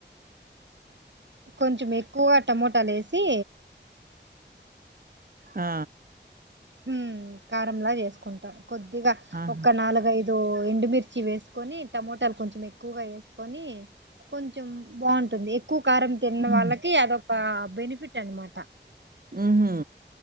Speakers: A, on the right; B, on the right.
A: కొంచెం ఎక్కువ టమోటాలు ఏసి
B: ఆ
A: ఉమ్ కారంలా చేసుకుంటాం కొద్దిగా
B: ఆహా!
A: ఒక నాలుగైదు ఇదో ఎండుమిర్చి వేసుకొని టమోటాలు కొంచెం ఎక్కువగా వేసుకొని కొంచెం బాగుంటుంది. ఎక్కువ కారం తిన్న
B: హ్మ్.
A: వాళ్ళకి అదొక బెనిఫిట్ అనమాట.
B: ఉహు